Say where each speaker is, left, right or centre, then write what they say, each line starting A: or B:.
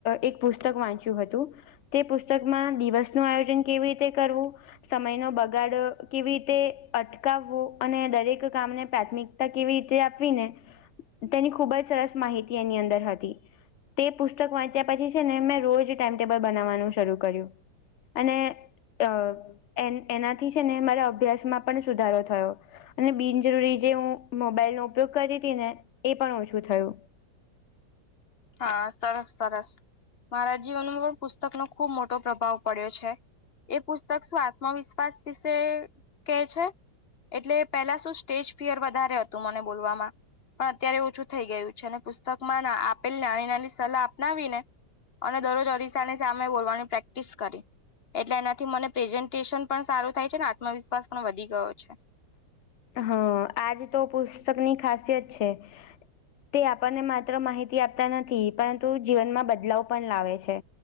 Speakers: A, on the left (about 80°); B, on the left (about 35°).
A: એક પુસ્તક વાંચ્યું હતું. તે પુસ્તકમાં દિવસ નું આયોજન કેવી રીતે કરવું. સમય નો બગાડ કેવી રીતે અટકાવવું અને દરેક કામને પ્રાથમિકતા કેવી રીતે આપવી ને તેની ખૂબ જ સરસ માહિતી એની અંદર હતી. તે પુસ્તક વાંચ્યા પછી છે ને મેં રોજ ટાઈમ ટેબલ બનાવવાનું શરૂ કર્યું. અને અ એ એનાથી છે ને મારા અભ્યાસમાં પણ સુધારો થયો. બિનજરૂરી જે હું મોબાઈલનોો ઉપયોગ કરી હતી ને એ પણ ઓછું થયું.
B: હા સરસ સરસ મારા જીવનમાં પુસ્તકનો ખુબ મોટો પ્રભાવ પડ્યો છે. એ પુસ્તક શું આત્મવિશ્વાસ વિશે કે છે. એટલે પેલા શું સ્ટેજ ફિયર વધારે હતું મને બોલવામાં. પણ અત્યારે ઓછું થઈ ગયું છે ને પુસ્તકમાં આપેલ નાની નાની સલાહ અપનાવી ને. અને દરરોજ અરીસાની સામે બોલવાની પ્રેક્ટિસ કરી. એટલે એનાથી મને પ્રેઝન્ટેશન પણ સારું થાય છે ને આત્મવિશ્વાસ પણ વધી ગયો છે.
A: હ આજ તો પુસ્તક ની ખાસિયત છે. તે આપણને માત્ર માહિતી આપતા નથી પરંતુ જીવનમાં બદલાવ પણ લાવે છે.